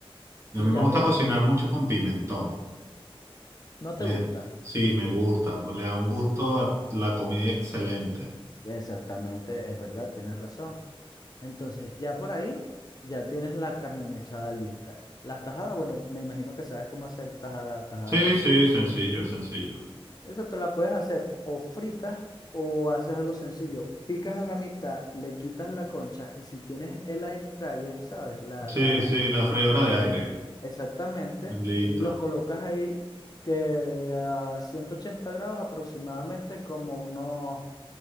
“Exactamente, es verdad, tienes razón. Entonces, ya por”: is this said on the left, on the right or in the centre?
Left